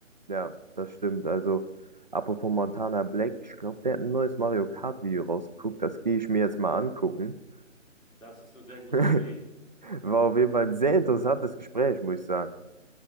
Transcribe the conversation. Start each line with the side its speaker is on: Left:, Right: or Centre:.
Right: Ja, das stimmt. Also, apropos Montana Black, ich glaube, der hat ein neues Mario Kart Video rausgeguckt. Das gehe ich mir jetzt mal angucken.
Left: Das ist eine sehr gute
Right: <laughs>
Left: Idee.
Right: War auf jeden Fall ein sehr interessantes Gespräch, muss ich sagen.